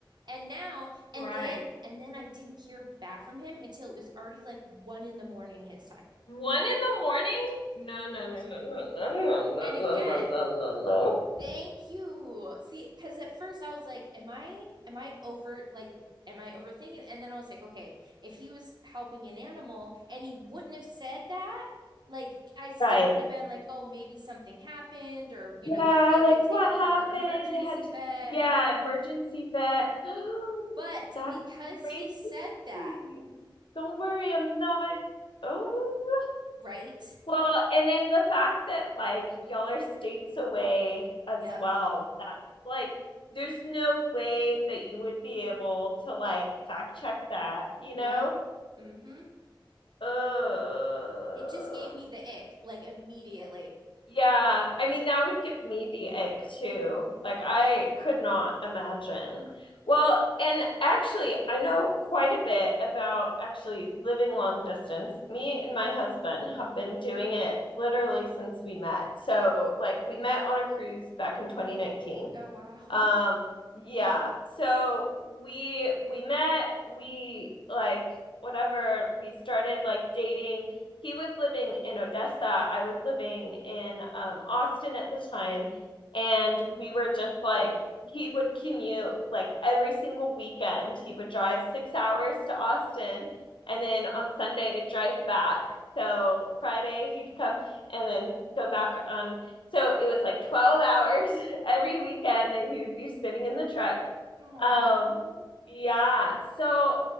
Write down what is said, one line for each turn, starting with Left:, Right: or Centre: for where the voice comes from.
Right: And now, and
Left: right.
Right: then, and then I didn't hear back from him until it was already like one in the morning his time.
Left: One in the morning? No, no, no, no, no, no, no, no,
Right: And
Left: no,
Right: again,
Left: no, no, no, no.
Right: Thank you. See, because at first I was like, am I am I over like am I overthinking? And then I was like, okay, if he was helping an animal and he wouldn't have said that, like I still
Left: Right.
Right: would have been like, oh, maybe something happened or you
Left: Yeah,
Right: know that he had
Left: like
Right: to take
Left: what
Right: it
Left: happened?
Right: to the emergency
Left: They had to,
Right: vet.
Left: yeah, emergency vet. <gasps>
Right: But
Left: That's
Right: because
Left: crazy.
Right: he said that,
Left: Don't worry, I'm not. Oh,
Right: right?
Left: well, and then the fact that like y'all are states away as
Right: Yep.
Left: well, that's like there's no way that you would be able to like fact check that, you know?
Right: Yep. Mm-hmm.
Left: Uh,
Right: It just gave me the ick like immediately.
Left: yeah. I mean, that would give me the egg too. Like, I could not imagine. Well, and actually, I know quite a bit about actually living long distance. Me and my husband have been doing it literally since we met. So, like, we met on a cruise back in 2019.
Right: Oh wow.
Left: Um,
Right: <laughs>
Left: yeah. So we we met, we like whatever, we started like dating. He was living in Odessa. I was living in um Austin at the time, and we were just like he would commute like every single weekend. He would drive six hours to Austin and then on Sunday drive back. So Friday he'd come and then go back on. So it was like 12 hours every weekend that he would be spinning in the truck.
Right: Oh.
Left: Um, yeah. So